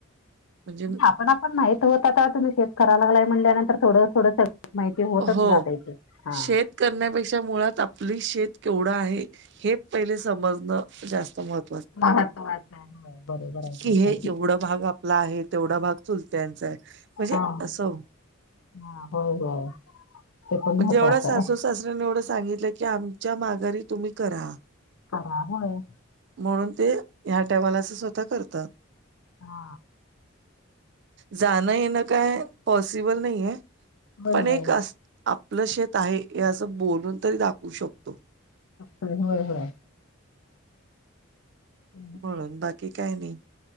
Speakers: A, on the right (about 55°); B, on the left (about 80°).
A: म्हणजे
B: आपण आपण माहित होत आता तुम्ही शेत कराय लागय म्हणल्यानंतर थोडं थोडं सगळं माहिती होतच
A: हो
B: जाते ते हा
A: शेत करण्यापेक्षा मुळात आपली शेत केवढं आहे हे पहिले समजण जास्त महत्व
B: महत्वाचं आहे. होय बरोबर आहे
A: कि
B: ते
A: हे
B: पण
A: एवढा भाग आपला आहे तेवढा भाग चुलत्यांचा आहे. म्हणजे
B: हा
A: असं
B: हा होय होय. ते पण
A: म्हणजे
B: महत्वाचं
A: एवढ्या सासू
B: आहे
A: सासऱ्यानी एवढं सांगितलं की आमच्या माघारी तुम्ही करा.
B: बराबर होय.
A: म्हणून ते ह्या टायमावलाच स्वतः करतात.
B: हा.
A: जाणं येण काय पॉसिबल नाहीये
B: होय
A: पण
B: होय
A: एक अस. आपलं शेत आहे हे असं बोलून तरी दाखवू शकतो.
B: ह ह ह तेवढं
A: म्हणून बाकी काय नाही.